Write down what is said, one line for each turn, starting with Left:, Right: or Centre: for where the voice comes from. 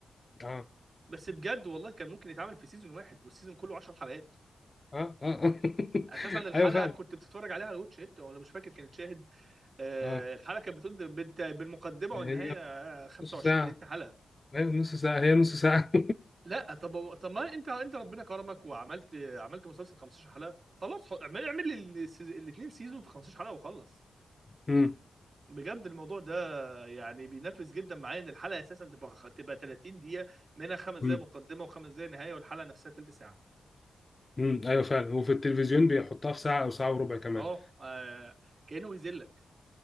Left: اه
Right: بس بجد والله كان ممكن يتعمل في سيزون واحد والسيزون كله 10 حلقات
Left: اه اه <laughs> آه.
Right: اساسا الحلقة
Left: ايوه فعلا
Right: كنت بتتفرج عليها على واتش ات ولا مش فاكر كانت شاهد آه،
Left: اه
Right: الحلقة كانت بتبدأ بالت- بالمقدمة
Left: هي
Right: والنهاية آه، 25
Left: نص ساعة
Right: 30 حلقة
Left: أيوة نص ساعة هي نص ساعة
Right: لا طب طب ما انت انت ربنا كرمك وعملت عملت مسلسل 15 حلقة خلاص حط- اعمل اعمل الاثنين سيزون في 15 حلقة وخلص
Left: <laughs> مم.
Right: بجد الموضوع ده يعني بينفذ جدا معايا ان الحلقه اساسا تبقى تبقى 30 دقيقه منها خمس
Left: مم.
Right: دقائق مقدمه وخمس دقائق نهايه والحلقه نفسها تلت ساعه
Left: مم. أيوة فعلا وفي التلفزيون بيحطها في ساعة أو ساعة وربع كمان
Right: اه آه، كانه بيذلك